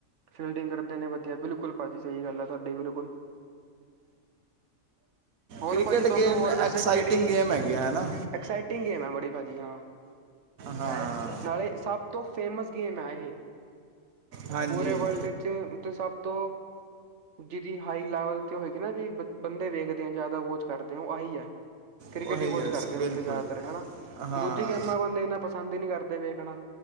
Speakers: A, on the right; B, on the right.
A: ਫੀਲਡਿੰਗ ਕਰਦੇ ਨੇ ਵਦੀਆ ਬਿਲਕੁਲ ਪਾਜੀ ਸਈ ਗਾੱਲ ਐ, ਤੁਆਡੀ ਬਿਲਕੁਲ ਹੋਰ
B: ਕ੍ਰਿਕਟ
A: ਪਾਜੀ ਤੋਨੂੰ
B: ਗੇਮ
A: ਹੋਰ
B: ਐਕਸਾਈਟਿੰਗ
A: ਵੈਸੇ ਕੇੜੀ
B: ਗੇਮ ਹੈਗੀ ਹੈ ਨਾ
A: ਐਕਸਾਈਟਿੰਗ ਗੇਮ ਹੈ, ਬੜੀ ਭਾਜੀ ਹਾਂ।
B: ਹਾਂ।
A: ਅਰੇ ਸਭ ਤੋ ਫੇਮਸ ਗੇਮ ਐ ਏਹ
B: ਹਾਂਜੀ
A: ਪੂਰੇ ਵੱਲਡ ਤੇ ਸਭ ਤੋਂ ਜਿਦੀ ਹਾਈ ਲੈਵਲ ਤੇ ਹੋਏਗੀ ਨਾ ਵੀ ਬ ਬੰਦੇ ਵੇਖਦੇ ਆ, ਜੈਦਾ ਵੋਚ ਕਰਦੇ ਆ ਓ ਆਹੀ ਆ। <inaudible> ਕ੍ਰਿਕੇਟ
B: ਉਹ
A: ਹੀ ਵੋਝ
B: ਯਸ
A: ਕਰਦੇ
B: ਬਿਲਕੁਲ
A: ਬੰਦੇ ਜੈਦਾਤਰ ਹੈਣਾ,
B: ਹਾਂ
A: ਦੂਜੀ ਗੇਮਾਂ ਬੰਦੇ ਏਨਾ ਪਸੰਦ ਈ ਨੀ ਕਰਦੇ ਵੇਖਣਾ।